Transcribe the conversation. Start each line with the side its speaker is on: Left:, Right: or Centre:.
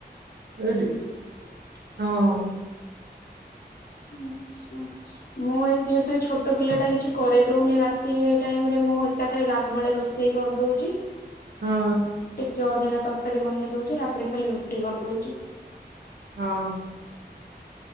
Right: ହଁ।
Left: ଆଛା। ମୁଁ ଏତେ ଏତେ ଛୋଟ ପିଲା ଟା କିଛି କରିଦଉନି ରାତି ଟାଇମ୍ ରେ। ମୁଁ ଏକାଥରେ ଗାଧୁଆଳିଆ ରୋଷେଇ କରିଦଉଚି।
Right: ହଁ।
Left: ଟିକେ ଅଧିକା ତରକାରୀ ବନେଇ ଦଉଛି। ରାତିରେ ଖାଲି ରୁଟି କରିଦଉଚି।
Right: ହଁ।